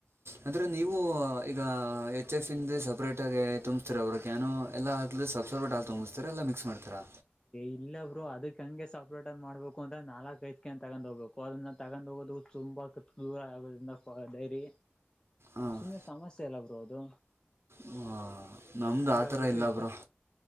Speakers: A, on the right; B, on the left.
A: ಅಂದ್ರೆ ನೀವು ಈಗ ಎಚ್ ಎಫ್ ಇಂದ ಸಪ್ರೇಟ್ ಆಗ ತುಂಬ್ತೀರ ಅವರು ಕಾನೋ ಎಲ್ಲ ಹಾಕ್ ಸಬ್ಸಪ್ರೇಟ್ ಆಗಿ ತುಂಬ್ತಾರೆ ಎಲ್ಲ ಮಿಕ್ಸ್ ಮಾಡ್ತೀರಾ
B: ಇಲ್ಲಬ್ರು ಅದಕ್ ಹಂಗೆ ಸಪ್ರೇಟ್ ಅನ್ ಮಾಡ್ಬೇಕು ಅಂದ್ರೆ ನಾಲ್ಕ ಐಧು ತಗೊಂಡ ಹೋಗಬೇಕು ಅದನ್ನ ತಗೊಂಡ್ ಹೋಗ ಹ ತುಂಬಾ ದೂರ ಆಗದ್ರಿಂದ ಡೈರಿ
A: ಹಾಂ
B: ಸುಮ್ಮನೆ ಸಮಸ್ಯೆ ಎಲ್ಲ ಬ್ರೋ ಅದು
A: ಹಾಂ ನಮ್ಮದು
B: ಹಂಗಗ್ಬಿಟ್ಟು
A: ಆ ಥರ ಇಲ್ಲ
B: ಇಪ್ಪತ್
A: ಬ್ರೋ